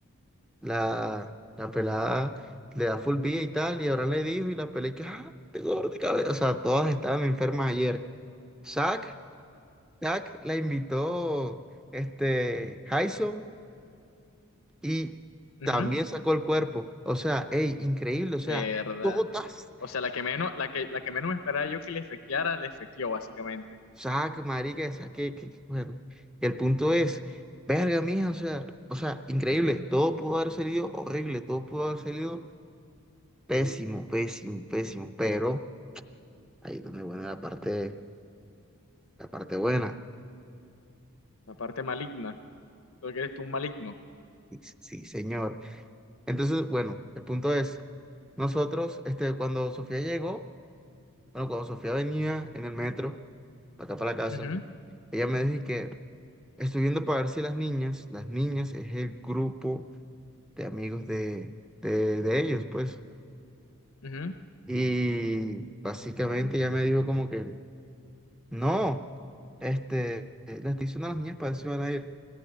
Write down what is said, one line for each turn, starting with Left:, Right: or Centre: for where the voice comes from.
Centre: La, la pelada le da full vida y tal, y ahora le dijo, y la pelada, y que, ah, te gordo de cabeza. O sea, todas estaban enfermas ayer. Zack, Zack la invitó, este, Jason, y
Left: Ujú.
Centre: también sacó el cuerpo. O sea, ey, increíble, o sea,
Left: Verdad.
Centre: todas.
Left: O sea, la que menos, la que, la que menos me esperaba yo que le fequeara, le fequeó, básicamente.
Centre: Zack, marica, Zack, que, que- que- bueno. Y el punto es, verga, mija, o sea, o sea, increíble. Todo pudo haber salido horrible, todo pudo haber salido pésimo, pésimo, pésimo, pero. Ahí donde, bueno, la parte, la parte buena.
Left: La parte maligna. Porque eres tú un maligno.
Centre: Sí, sí, señor. Entonces, bueno, el punto es, nosotros, este, cuando Sofía llegó, bueno, cuando Sofía venía en el metro, para acá para la casa,
Left: Ujú,
Centre: ella me dijo que estoy viendo para ver si las niñas, las niñas es el grupo de amigos de, de, de ellos, pues.
Left: ujú.
Centre: Y básicamente ella me dijo como que, no, este, eh, le estoy diciendo a las niñas para ver si van a ir.